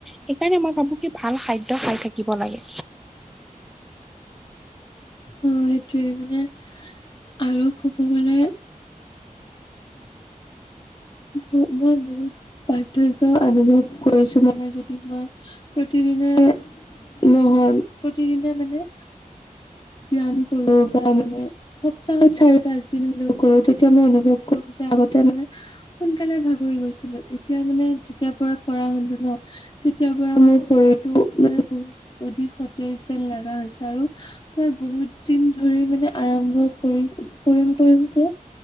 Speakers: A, in the centre; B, on the left (about 30°).
A: সেইকাৰণে মই ভাবো ভাল খাদ্য খাই থাকিব লাগে
B: অ সেইটোৱে মানে আৰু ক'ব গলে মই বহুত পাৰ্থক্য অনুভৱ কৰিছো মানে যদি মই প্ৰতিদিনে নহয় প্ৰতিদিনে মানে ব্যায়াম কৰো বা মানে সপ্তাহত চাৰি পাঁচ দিন হলেও কৰো তেতিয়া মই অনুভৱ কৰো যে আগতে মানে সোনকালে ভাগৰি গৈছিলো এতিয়া মানে যেতিয়াৰ পৰা কৰা হলো ন তেতিয়াৰ পৰা মোৰ শৰীৰটো মানে বহুত অধিক সতেজ যেন লগা হৈছে আৰু মই বহুত দিন ধৰি মানে আৰম্ভ কৰি কৰিম কৰিম কে